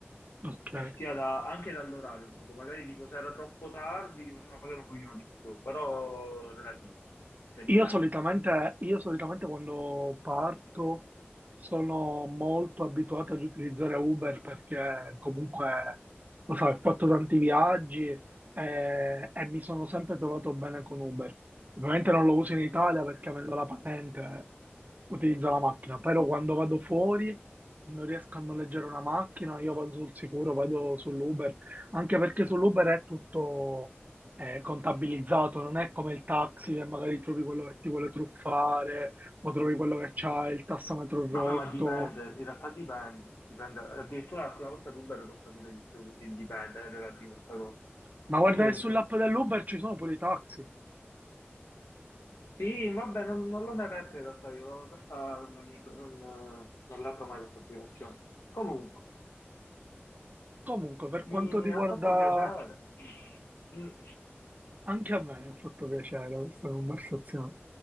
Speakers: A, on the right; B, on the left.
A: Ok.
B: e sia da- anche dall'orario, un poco. magari tipo se era troppo tardi ti faceva pagare un pochino di più, però relativo, cioè dipende.
A: Io solitamente, io solitamente quando parto sono molto abituato ad utilizzare Uber perché comunque, lo so, ho fatto tanti viaggi eh, e, mi sono sempre trovato bene con Uber. Ovviamente non lo uso in Italia perché avendo la patente utilizzo la macchina, però quando vado fuori e non riesco a noleggiare una macchina, io vado sul sicuro, vado sull'Uber, anche perché sull'Uber è tutto è contabilizzato, non è come il taxi che magari trovi quello che ti vuole truffare o trovi quello che c'ha il tassametro rotto.
B: Ma, ma ma dipende, in realtà dipende, dipende. Addirittura alcune volte l'Uber costa pure di più, quindi dipende, è relativo a sta cosa.
A: Ma guarda
B: Comunque.
A: che sull'app dell'Uber ci sono pure i taxi.
B: Sì, vabbè, non, non l'ho mai aperta in realtà, io questa non, mi- non, non l'apro mai questa applicazione. Comunque,
A: Comunque, per
B: mi
A: quanto riguarda
B: ha fatto piacere. Mm.
A: anche a me, mi ha fatto piacere questa conversazione.